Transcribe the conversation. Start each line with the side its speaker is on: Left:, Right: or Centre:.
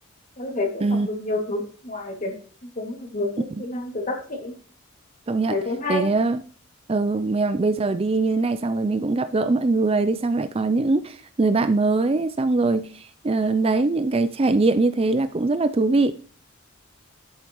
Left: em thấy cũng
Right: Ừ.
Left: học được nhiều thứ ngoài tiền cũng học được các
Right: Ừ.
Left: kỹ năng từ các chị
Right: công nhận
Left: thế cũng hay
Right: thế nhá ừ, mà bây giờ đi như thế này xong rồi mình cũng gặp gỡ mọi người đi xong lại có những người bạn mới xong rồi ờ, đấy những cái trải nghiệm như thế là cũng rất là thú vị